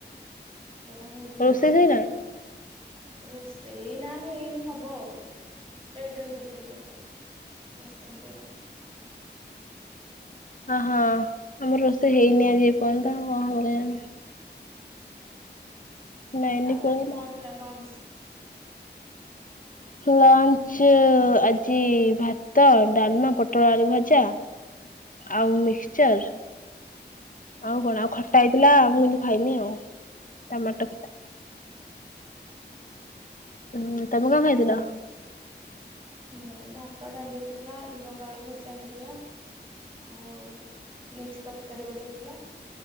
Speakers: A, on the right; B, on the left.
A: ଗରମ୍ ହଉଛି
B: ରୋଷେଇ
A: ଜୋରେ
B: ସଇଲାଣି
A: କତରେ ରୋଷେଇ ନା ହେଇନି ହବ ବ ଆଉ ଲେଟ୍ରେ ହେଉଛି ଟିକେ ଆଉ ବସଛନ୍ତି ଆଉ।
B: ଅହଁ ଆମର ରୋଷେଇ ହେଇନି ଆଜି ଏ ପର୍ଯ୍ୟନ୍ତ ଆଉ କ ହେବ କେଜାଣି? ଲାଇନି
A: ଆଉ
B: ପଳେଇଲା।
A: ଆଜି କଣ ହେଇଥିଲା ଲଞ୍ଚ? <unintelligible>
B: ଲଞ୍ଚ ଆଜି ଭାତ ଡାଲମା ପୋଟଳ ଆଳୁ ଭଜା। ଆଉ ମିକ୍ସିଚର। ଆଉ କଣ ଆଉ ଖଟା ହେଇଥିଲା ମୁଁ କିନ୍ତୁ ଖାଇନି ଆଉ ଟମାଟୋ ଖଟା।
A: ଓହୋ।
B: ହୁଁ ତମେ କଣ ଖାଇଥିଲ?
A: ମୁଁ ଭାତ ଡାଲି ହେଇଥିଲା ଝୁଡ଼ଙ୍ଗା ଆଳୁ ଭଜା ହେଇଥିଲା ଆଉ ମିକ୍ସି ତରକାରୀ ଗୋଟେ ହେଇଥିଲା।